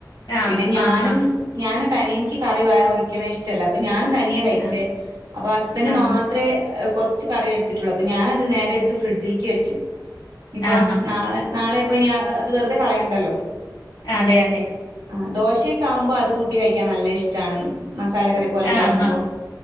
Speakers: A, on the left; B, on the right.
A: ആഹ്
B: പിന്നെ ഞാനും
A: ആഹ് ആഹ്
B: ഞാനാ തനിയെ ഇൻക്ക് കറി ഒഴിക്ണ ഇഷ്ട്ട അല്ല അപ്പൊ ഞാനും ത തനിയെ കഴിച്ചേ,
A: ആഹ്
B: അപ്പൊ ഹസ്ബൻഡ്
A: ആഹ് ആഹ്
B: മാത്രേ കൊർച് കറി എടുത്തിട്ടോള്ളൂ അപ്പൊ ഞാ അത് നേരെ എടുത്ത് ഫ്രിഡ്ജിൽക്ക് വെച്ചു ഇപ്പൊ
A: ആഹ് ആഹ്
B: നാളെ നാളെ ഇപ്പോ ഇനി അ അത് വെറുതെ കളയണ്ടല്ലോ.
A: അതെ അതെ.
B: ആഹ്, ദോശയൊക്കെ ആവുമ്പോ അത് കൂട്ടി കഴിക്കാൻ നല്ല ഇഷ്ട്ടാണ് മസാല കറി പോലെ ണ്ടാക്കുമ്പോ.
A: ആഹ് ആഹ്